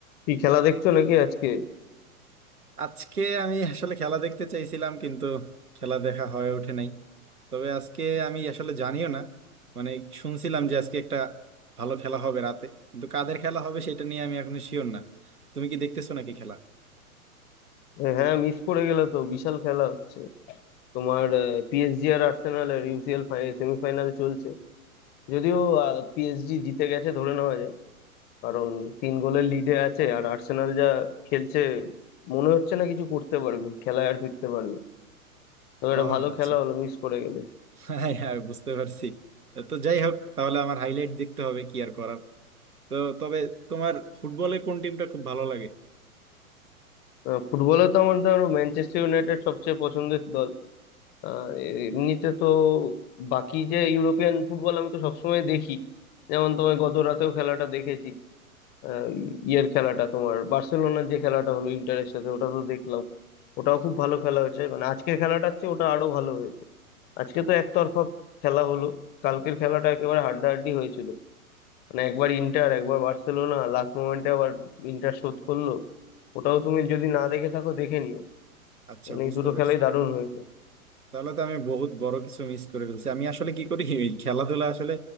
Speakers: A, on the left (about 20°); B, on the right (about 85°).
A: কি খেলা দেখছো নাকি আজকে
B: আজকে আমি আসলে খেলা দেখতে চাইছিলাম কিন্তু খেলা দেখা হয়ে ওঠে নাই তবে আজকে আমি আসলে জানিও না মানে শুনছিলাম যে আজকে একটা ভালো খেলা হবে রাতে কিন্তু কাদের খেলা হবে সেটা নিয়ে আমি এখনো শিওর না তুমি কি দেখতেছো নাকি খেলা
A: হ্যাঁ মিস করে গেলে তো বিশাল খেলা হচ্ছে তোমার পিএসজি আর আর্সেনালের ইউসিএল সেমিফাইনাল চলছে যদিও পিএসজি জিতে গেছে ধরে নেওয়া যায় কারণ তিন গোলের লিডে আছে আর আর্সেনাল যা খেলছে মনে হচ্ছে না কিছু করতে পারবে খেলায় আর ফিরতে পারবে তবে
B: ও
A: একটা ভালো
B: আচ্ছা
A: খেলা হলো মিস করে গেলে
B: হ্যাঁ হ্যাঁ বুঝতে পারছি তো যাই হোক তাহলে আমার হাইলাইট দেখতে হবে কি আর করার তো তবে তোমার ফুটবলে কোন টিমটা খুব ভালো লাগে
A: আহ, ফুটবলে তো আমার ধরো ম্যানচেস্টার ইউনাইটেড সবচেয়ে পছন্দের দল আহ, এমনিতে তো বাকি যে ইউরোপিয়ান ফুটবল আমি তো সবসময় দেখি যেমন তোমার গত রাতেও খেলাটা দেখেছি আহ, ইয়ের খেলাটা তোমার বার্সেলোনার যে খেলাটা হলো ইন্টারের সাথে ওটা তো দেখলাম ওটাও খুব ভালো খেলা হয়েছে মানে আজকের খেলাটার চেয়ে ওটা আরো ভালো হয়েছে আজকে তো একতরফা খেলা হলো কালকের খেলাটা একেবারে হাড্ডাহাড্ডি হয়েছিল মানে একবার ইন্টার একবার বার্সেলোনা লাস্ট মোমেন্টে আবার ইন্টার শোধ করলো ওটাও তুমি যদি না দেখে থাকো দেখে নিও
B: আচ্ছা
A: মানে
B: বুঝতে
A: এই দুটো
B: পারছি
A: খেলাই দারুণ হয়েছে
B: তাহলে তো আমি বহুত বড় কিছু মিস করে ফেলছি আমি আসলে কি করি ওই খেলাধুলা আসলে